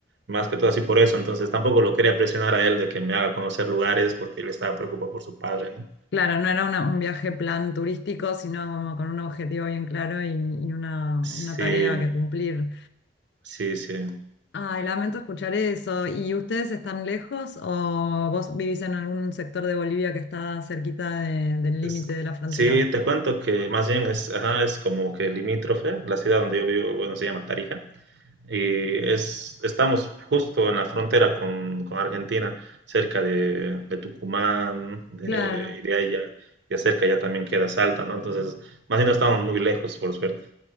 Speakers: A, on the right (about 65°); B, on the left (about 65°).
A: más que todo así por eso, entonces tampoco lo quería presionar a él de que me haga conocer lugares porque él estaba preocupado por su padre, ¿no?
B: Claro, no era una- un viaje plan turístico, sino como con un objetivo bien claro y, y una,
A: Sí,
B: una tarea que cumplir.
A: sí, sí.
B: Ay, lamento escuchar eso. ¿Y ustedes están lejos o vos vivís en algún sector de Bolivia que está cerquita de- del límite
A: Es-
B: de la frontera?
A: sí, te cuento que más bien es, ajá, es como que limítrofe, la ciudad donde yo vivo, bueno, se llama Tarija. Y es, estamos justo en la frontera con, con Argentina, cerca de, de Tucumán, de,
B: Claro.
A: y de ahí ya, ya cerca ya también queda Salta, ¿no? Entonces, más bien no estamos muy lejos, por suerte.